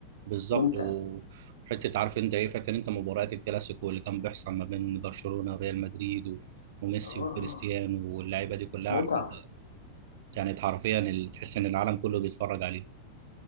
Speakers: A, on the right (about 55°); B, on the left (about 75°).
A: بالظبط
B: ممتع
A: وحته عارف انت ايه فاكر انت مباريات الكلاسيكو اللي كان بيحصل ما بين برشلونه وريال مدريد و... وميسي
B: اه آه،
A: وكريستيانو واللعيبه دي كلها
B: متعة
A: عارف انت كانت حرفيا اللي تحس ان العالم كله بيتفرج عليه